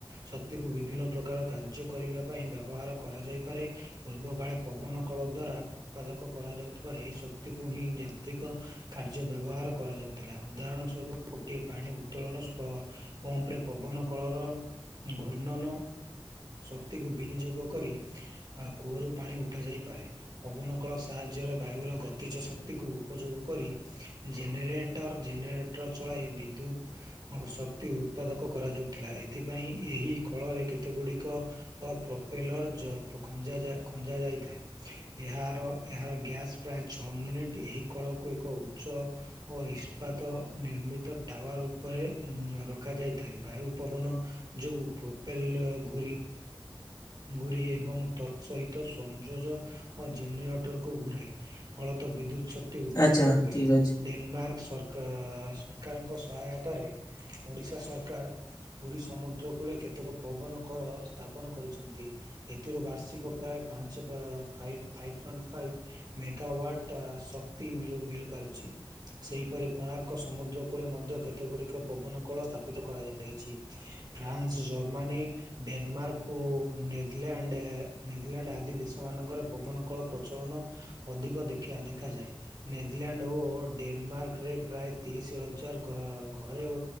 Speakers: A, on the right; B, on the left.
A: ଶକ୍ତିକୁ ବିଭିନ୍ନ ପ୍ରକାର କାର୍ଯ୍ୟ କରିବା ପାଇଁ ବ୍ୟବହାର କରାଯାଇପାରେ ପୂର୍ବକାଳେ ପବନ କଳ ଦ୍ଵାରା ଉତ୍ପାଦକ କରାଯାଉଥିବା ଏହି ଶକ୍ତିକୁ ହିଁ ଯାନ୍ତ୍ରିକ କାର୍ଯ୍ୟ ବ୍ୟବହାର କରାଯାଉଥିଲା ଉଦାହରଣ ସ୍ୱରୂପ ଗୋଟିଏ ପାଣି ଉତ୍ତୋଳନ ପମ୍ପରେ ପବନ କଳର ଘୂର୍ଣ୍ଣନ ଶକ୍ତିକୁ ବିନିଯୋଗ କରି କୂଅରୁ ପାଣି ଉଠାଯାଇପାରେ ପବନ କଳ ସାହାଯ୍ୟରେ ବାୟୁର ଗତିଜ ଶକ୍ତିକୁ ଉପଯୋଗ କରି ଜେନେରେଟର ଜେନେରେଟର ଚଳାଇ ବିଦ୍ୟୁତ୍ ଶକ୍ତି ଉତ୍ପାଦକ କରାଯାଉଥିଲା ଏଥିପାଇଁ ଏହି କଳରେ କେତେଗୁଡ଼ି ପ୍ରୋପେଲର୍ଜ ଖଞ୍ଜା ଯାଇଥାଏ ଏହାର ଏହାର ଗ୍ୟାସ୍ ପ୍ରାୟ ଛଅ ମିନିଟ୍ ଏହି କଳକୁ ଏକ ଉଚ୍ଚ ଓ ଇସ୍ପାତ ନିର୍ମିତ ଟାୱାର ଉପରେ ରଖାଯାଇଥାଏ ବାୟୁ ପବନ ଯୋଗୁଁ ପ୍ରୋପେଲ ଘୁରି ଗୁରିଏ ଏବଂ ତତ୍ ସହିତ ସଂଯୋଜ ଓ ଜେନେରେଟରକୁ ଘୁରାଏ ଫଳତଃ ବିଦ୍ୟୁତ୍ ଶକ୍ତି ଉତ୍ପାଦକ
B: ଆଚ୍ଛା
A: ହୁଏ
B: ଠିକ ଅଛି
A: ଡେନମାର୍କ ସର କା ସରକାରଙ୍କ ସହାୟତାରେ ଓଡ଼ିଶା ସରକାର ପୁରୀ ସମୁଦ୍ର କୂଳେ କେତେକ ପବନ କଳ ସ୍ଥାପନ କରିଛନ୍ତି ଏଥିରୁ ବାର୍ଷିକ ପ୍ରାୟ ପାଞ୍ଚ five five point five megawatt ଶକ୍ତି ମିଳିପାରୁଛି ସେହିପରି କୋଣାର୍କ ସମୁଦ୍ର କୂଳେ ମଧ୍ୟ କେତେଗୁଡ଼ିକ ପବନ କଳ ସ୍ଥାପିତ କରାଯାଇଛି ଫ୍ରାନ୍ସ ଜର୍ମାନୀ ଡେନମାର୍କ ଓ ନେରଲଣ୍ଡ ନେଦରଲ୍ୟାଣ୍ଡ ଆଦି ଦେଶମାନଙ୍କରେ ପବନ କଳ ପ୍ରଚଳନ ଅଧିକ ଦେ ଦେଖାଯାଏ ନେଦରଲ୍ୟାଣ୍ଡ ଓ ଡେନମାର୍କରେ ପ୍ରାୟ ତିରିଶ ହଜାର ଘରେ ଓ